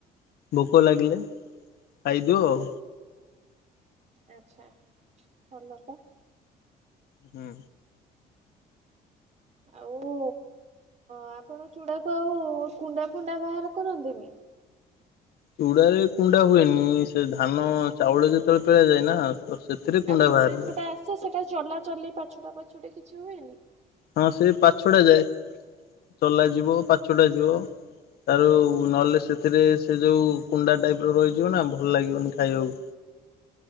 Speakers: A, on the left (about 65°); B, on the right (about 40°).
A: ଭୋକ ଲାଗିଲେ ଖାଇ ଦେଉ ଆଉ
B: ଆଚ୍ଛା ଭଲ ତ
A: ହୁଁ
B: ଆଉ ଆପଣ ଚୁଡ଼ାକୁ ଆଉ କୁଣ୍ଡା ଫୁଣ୍ଡା ବାହାର କରନ୍ତିନି
A: ଚୁଡାରେ କୁଣ୍ଡା ହୁଏନି ସେ ଧାନ ଚାଉଳ ଯେତେବେଳେ ପେଳା ଯାଏ ନା ତ ସେଥିରେ କୁଣ୍ଡା
B: ଆଉ ଚୁଡା
A: ବାହାରିଯାଏ।
B: ଯୋଉଟା ଆସେ ସେଟା ଚଲାଚଲି ପାଛୁଡ଼ା ପାଛୁଡ଼ି କିଛି ହୁଏନି
A: ହଁ ସେ ପାଛୁଡ଼ା ଯାଏ ଚଲା ଯିବ ପାଛଡ଼ା ଯିବ ତାଯୋଉ ନହେଲେ ସେଥିରେ ସେ ଯୋଉ କୁଣ୍ଡା ଟାଇପ୍ ର ରହିଯିବ ନା ଭଲ ଲାଗିବନି ଖାଇବାକୁ